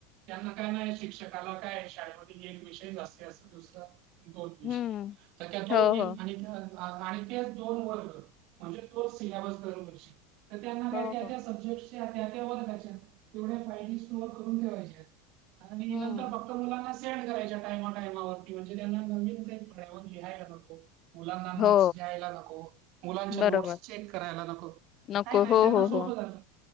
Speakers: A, on the right; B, on the left.
A: त्यांना काय नाही शिक्षकाला काय शाळेमध्ये एक विषय जास्ते अस दुसरं दोन विषय
B: हम्म
A: तर <unintelligible> आणि
B: हो हो
A: त्या आणि तेच दोन वर्ग म्हणजे तोच सिलेबस दर वर्षी तर त्यांना
B: हो
A: काय त्या
B: हो
A: त्या सब्जेक्टच्या त्या त्या वर्गाच्या तेवढ्या फाय डीोअर करून ठेवायचे आणि
B: हम्म
A: नंतर ब मुलांना सेंड करायच्या टायमा टायमावरती म्हणजे त्यांना नवीन काही फळ्यावर लिहायला नको. मुलांना
B: हो
A: नोट्स द्यायला नको मुलांच्या
B: बरोबर.
A: नोट्स चेक करायला नको. का
B: नको
A: नाही
B: हो
A: त्यांना
B: हो
A: सोपं
B: हो
A: झालं,